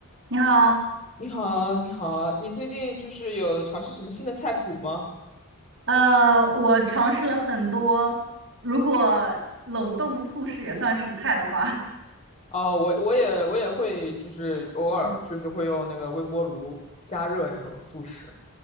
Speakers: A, on the right; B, on the left.
A: 你好，
B: 你好，你好，你最近就是有尝试什么新的菜谱吗？
A: 呃，我尝试了很多，如果冷冻素食也算是菜的话，<laughs>
B: 哦，我我也我也会，就是偶尔就是会用那个微波炉加热那种速食。
A: 嗯